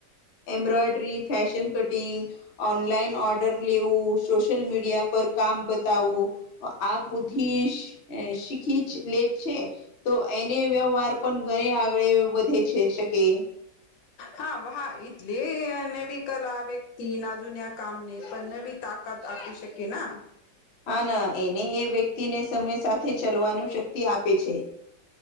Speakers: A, on the left (about 60°); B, on the left (about 85°).
A: embroidery fashion cutting. Online order લેવું સોશલ મીડિયા પર કામ બતાવું. આ બુદ્ધિ શીખીજ લે છે. તો એને વ્યવહાર પણ ઘણી આગળ વધે છે શકે
B: હા હા ટલે નવી કલા વ્યક્તિ ના જુન્યા કામને પણ નવી તાક કાદ આપી શકે ના.
A: હા ના એને એ વ્યક્તિને સમય સાથે ચલવાનું શક્તિ આપે છે.